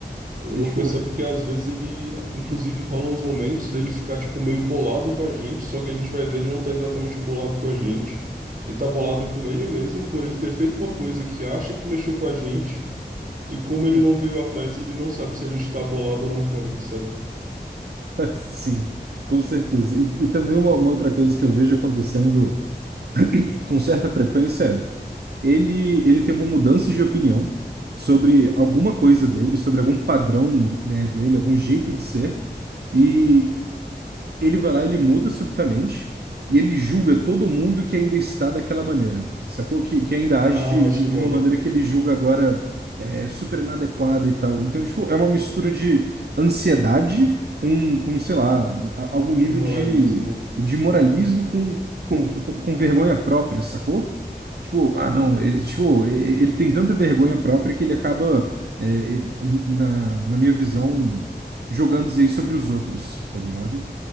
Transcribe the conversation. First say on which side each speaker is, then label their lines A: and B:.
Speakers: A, on the right; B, on the right.
A: Eu,
B: É,
A: eu
B: tipo.
A: percebo que às vezes ele, inclusive, rolam uns momentos dele ficar, tipo, meio bolado com a gente, só que a gente vai ver ele não tá exatamente bolado com a gente. Ele tá bolado com ele mesmo por ele ter feito uma coisa que acha que mexeu com a gente, e como ele
B: <laughs>
A: não veio atrás, ele não sabe se a gente tá bolado ou não com ele, sabe?
B: Sim, com certeza. E, e também uma, uma outra coisa que eu vejo acontecendo. com certa frequência, ele, ele tem uma mudança de opinião sobre alguma coisa dele, sobre algum padrão, né, dele, algum jeito de ser. E ele vai lá, ele muda subitamente e ele julga todo mundo que ainda está daquela maneira, sacou? Que, que ainda age
A: Ah,
B: de, de,
A: isso
B: de
A: rola.
B: uma maneira que ele julga agora é, super inadequada e tal. Então, tipo, é uma mistura de ansiedade com, com sei lá, a- algum nível
A: Um moralismo.
B: de, de moralismo com, com, com com vergonha própria, sacou? Tipo, ah, não, ele, tipo, e- e- ele tem tanta vergonha própria que ele acaba, é, e- na, na minha visão, jogando isso aí sobre os outros, tá ligado?